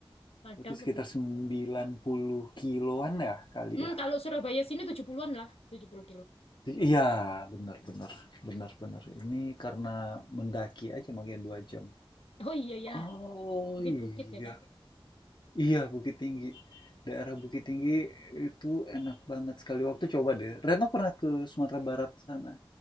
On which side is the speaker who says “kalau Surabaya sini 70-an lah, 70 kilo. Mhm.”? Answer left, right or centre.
Left